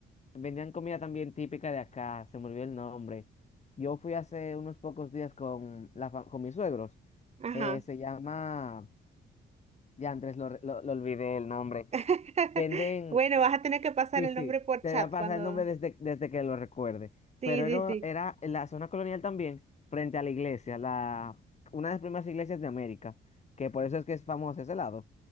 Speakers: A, on the left (about 35°); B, on the right (about 35°).
A: Vendían comida también típica de acá, se me olvidó el nombre. Yo fui hace unos pocos días con, la, fa- con mis suegros.
B: ajá.
A: Eh, se llama, ya antes lo, re- lo, lo olvidé el nombre.
B: <laughs>
A: Venden
B: Bueno, vas a tener que pasar
A: Sí,
B: el
A: sí,
B: nombre por
A: te
B: chat
A: voy a pasar
B: cuando...
A: el nombre desde, desde que lo recuerde.
B: Sí,
A: Pero
B: sí,
A: era,
B: sí.
A: era en la zona colonial también, frente a la iglesia, la, una de las primeras iglesias de América, que por eso es que es famoso ese lado.